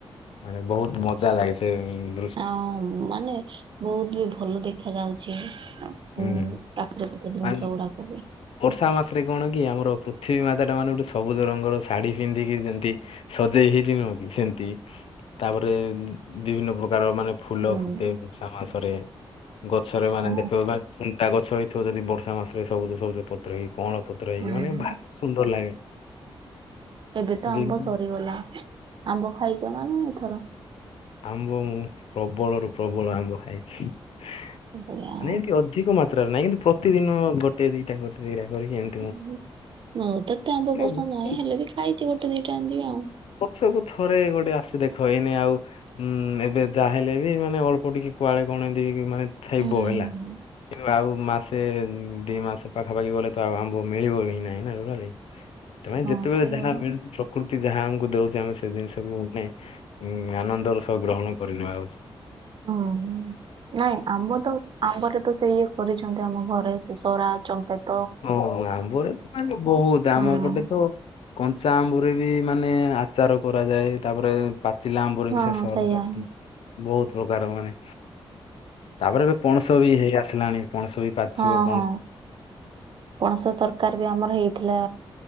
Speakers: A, on the left; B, on the right.
A: ମାନେ ବହୁତ ମଜା ଲାଗେ ସେ ଉଁ
B: ଅଁ ମାନେ ବହୁତ ବି ଭଲ ଦେଖ ଯାଉଛି
A: ହୁଁ।
B: ଉ ପ୍ରାକୃତିକ ଜିନିଷ
A: ମାନେ
B: ଗୁଡାକ ବି
A: ବର୍ଷା ମାସରେ କଣ କି ଆମର ପୃଥିବୀ ମାତାଟା ମାନେ ଗୋଟେ ସବୁ ରଙ୍ଗର ଶାଢ଼ୀ ପିନ୍ଧିକି ଯେମତି ସଜେଇ ହେଇଛି ନୁହଁ କି ସେମତି ତାପରେ ବିଭିନ୍ନ ପ୍ରକାର ମାନେ ଫୁଲ
B: ହୁଁ
A: ଫୁଟେ ବର୍ଷା ମାସରେ ଗଛରେ ମାନେ
B: ହଁ
A: ଦେଖିବ ମାନେ ଥୁଣ୍ଟା ଗଛ ହେଇ ଥିବ ଯଦି ବର୍ଷା ମାସରେ ସବୁଜ ସବୁଜ ପତ୍ର ହେଇକି କଅଁଳା ପତ୍ର ହେଇକି
B: ହୁଁ
A: ମାନେ ଭା ସୁନ୍ଦର ଲାଗେ।
B: ଏବେ ତ
A: ବି-
B: ଆମ୍ବ ସରିଗଲା ଆମ୍ବ ଖାଇଛ ନା ନାଇଁ ଏଥର।
A: ଆମ୍ବ ମୁଁ ପ୍ରବଳରୁୁ ପ୍ରବଳ ଆମ୍ବ ଖାଇଛି। ମାନେ
B: ବଢିଆ ଆଉ
A: ଏମିତି ଅଧିକ ମାତ୍ରାରେ ନାହିଁ କିନ୍ତୁ ପ୍ରତିଦିନ ଗୋଟେ ଦିଟା ଗୋଟେ ଦିଟା କରିକି ଏମ
B: ଓ ହୋ ମଁ ତତେ ଆମ୍ବ ପସନ୍ଦ
A: ନା
B: ନାହିଁ ହେଲେ ବି ଖାଇଛି ଗୋଟେ ଦିଟା ଏମ୍‌ତି ଆଉ।
A: ବର୍ଷକୁ ଥରେ ଗୋଟେ ଆସେ ଦେଖ ଏଇନେ ଆଉ ହୁଁ ଏବେ ଯାହାହେଲେ ବି ମାନେ ଅଳ୍ପ ଟିକେ କୁଆଡେ କଣେ ଏମିତି ହେଇକି ମାନେ ଥାଇବ
B: ହୁଁ
A: ହେଲା।
B: ହୁଁ
A: ଆଉ ମାସେ ଦି ମାସ ପାଖାପାଖି ଗଲେ ତ ଆଉ ଆମ୍ବ ମିଳିବ ହିଁ ନାଇଁ ନା ଟୋଟାଲେ। ତମେ ହିଁ ଯେତେବେଳେ
B: ହଁ ସେଇଆ
A: ଯାହା
B: ବା
A: ମିଳୁଛି ପ୍ରକୃତି ଯାହା ଆମକୁ ଦଉଛି ଆମେ ସେ ଜିନିଷକୁୁ ନେ ଉଁ ଆନନ୍ଦର ସହ ଗ୍ରହଣ କରିନେବା ହଉଛି।
B: ହଁ ଉଁ ନାଇଁ ଆମ୍ବ ତ ଆମ୍ବଟେ ତ ସେଇ ଇଏ କରିଛନ୍ତି ଆମ ଘରେ ସେ ସରା ଚମ୍ପତି।
A: ହ ଆମ୍ବରେ ମାନେ ବହୁତ୍ ଆମ
B: ହଁ
A: ପଟେ ତ କଞ୍ଚା ଆମ୍ବୁ ରେ ବି ମାନେ ଆଚାର କରାଯାଏ ତାପରେ ପାଚିଲା ଆମ୍ବରି
B: ହଁ
A: ବି ସେ ସହରରେ
B: ସେଇଆ
A: ଅଛି
B: ହିଁ
A: କି ବହୁତ୍ ପ୍ରକାର ମାନେ ତାପରେ ଏବେ ପଣସ ବି ହେଇ ଆସିଲାଣି ପଣସ ବି ପାଚିବ
B: ହଁ
A: ପଣସ
B: ହଁ ପଣସ ତରକାରି ବି ଆମର ହେଇଥିଲା